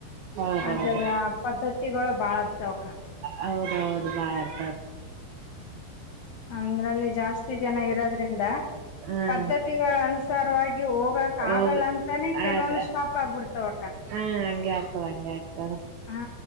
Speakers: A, on the right (about 75°); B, on the left (about 75°).
A: ಹೌದೌದು
B: ಅದ ಪದ್ಧತಿಗಳ ಬಾಳಕ್ ಸೌಕ
A: ಹೌದ್ ಹೌ <inaudible>
B: ಅಂದ್ರಲ್ಲಿ ಜಾಸ್ತಿ ಜನ ಇರೋದ್ರಿಂದ
A: ಹ್ಮ್
B: ಪದ್ಧತಿಗಳನುಸ್ <inaudible> ವಾಗಿ ಹೋಗಕ
A: ಹೋಗಿ
B: ಆಗಲ್ಲ ಅಂತಾನೆ ಕೆಲ್ವೊಂದು
A: ಆಗ
B: ಸ್ಟಾಪ್ ಆಗ್ಬಿಡ್ತಾವ <inaudible>
A: ಹ ಹಂಗೆ ಆಗ್ತದ ಹಂಗೆ ಆಗ್ತದ
B: ಹ